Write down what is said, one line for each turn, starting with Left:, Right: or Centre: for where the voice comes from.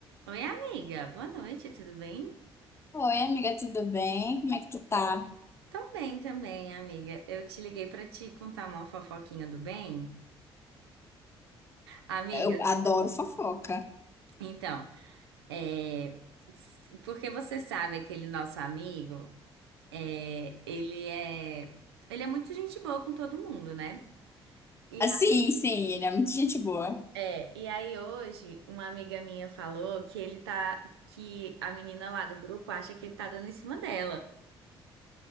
Right: Oi, amiga. Boa noite, tudo bem?
Left: Oi, amiga, tudo bem? Como é que tu tá?
Right: Tô bem também, amiga. Eu te liguei pra te contar uma fofoquinha do bem. Amigas,
Left: Eu adoro fofoca.
Right: então, é... s- porque você sabe aquele nosso amigo, é... ele é... ele é muito gente boa com todo mundo, né? E
Left: Ah,
Right: aí,
Left: sim, sim, ele é muito gente boa.
Right: é, e aí hoje uma amiga minha falou que ele tá, que a menina lá do grupo acha que ele tá dando em cima dela.